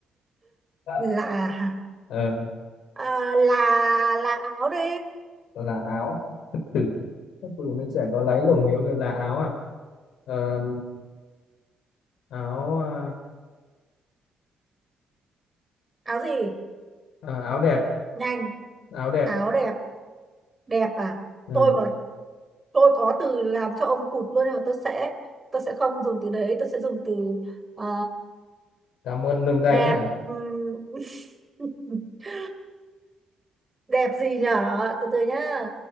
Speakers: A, on the left; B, on the right.
A: <laughs>
B: là là
A: ờ,
B: à, là là áo đi
A: là áo ừ. các cụ mấy trẻ có láy lùng thì ok là áo à Ờ, áo à,
B: áo gì
A: à, áo đẹp
B: nhanh
A: áo đẹp
B: áo đẹp đẹp à
A: ừ.
B: tôi mà tôi có từ làm cho ông cụt luôn nhưng mà tôi sẽ tôi sẽ không dùng từ đấy tôi sẽ dùng từ ờ,
A: cảm ơn nâng tay
B: đẹp
A: nhá
B: ừm, <laughs> đẹp gì nhở từ từ nhá